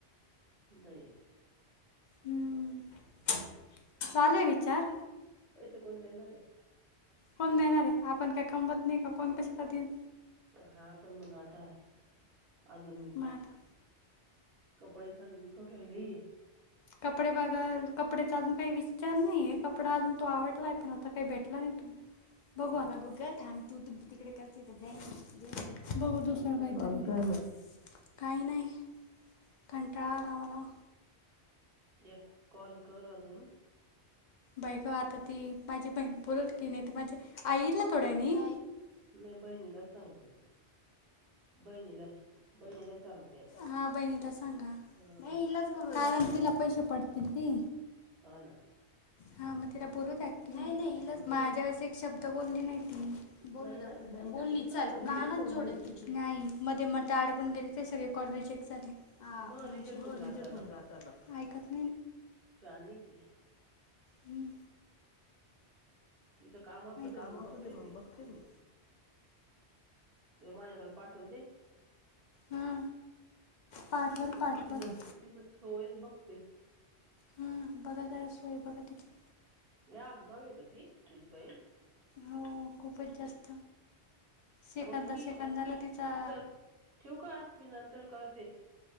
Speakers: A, on the right; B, on the left.
A: बई.
B: हम्म चाले विचार.
A: मोठं झालाय.
B: कोण देणार आहे आपण काय कमबत नाही का कोण कशाला देईन.
A: हा पण मग आता अजून.
B: मग आता
A: पळ खर बी क रहिली.
B: कपडे बघा कपडे्याचा अजून काही विचार नाहीय कपडा अजून तो आवडलाय पण आता काही भेटला नाही तो.
A: हम्म
B: बघवा बघू तू तू तिकडे करते जा. बघ दुसरं
A: मग अजून काय
B: काही
A: म्हणते
B: का म. काही नाही कंटाळा आलामला.
A: एक कॉल कर अजून.
B: बाई ग आता ती माझी ब बोलल की नाही तर माझे आयकल थोडं मी
A: नाही बहिणीलाच सांगते बहिणीला बहिणीला सांगते आता.
B: हा बहिणीला सांगा
A: हम्म
B: नाहीला कारण तिला पैसे पडतील की,
A: हा ना
B: हा मग तिला बोलू देत नाही नाही ल
A: हम्म
B: माझ्या <unintelligible> एक शब्द बोलले नाही बोलू
A: नाही
B: दोल
A: ना
B: बोलली
A: मी पण
B: चल
A: बोलली
B: कान
A: होती
B: जोडेल तुझी नाही मध्ये म ते अडकून गेली सगळे कॉल रिजेक्ट झाले
A: मग
B: म्हणजे
A: रिजेक्ट होऊन जाताना
B: ऐकायला
A: शहाणी ती
B: हम्म
A: तिचं काम असू दे
B: काम
A: मग बघते
B: असू दे
A: मी
B: मग बघते मी
A: तिला माझ्याकडे पाठवून
B: हा पाठवाल
A: तिच
B: पाठवाल
A: तिच सोयच बघते
B: हम् बघा जायला सोय बघा तिची
A: लय आगाव आहे का ती तुझी बहीण
B: हो खूपच जास्त शेकंदा
A: बोल की
B: शेकंदाला तिचा
A: चल ठेवू का मी नंतर करते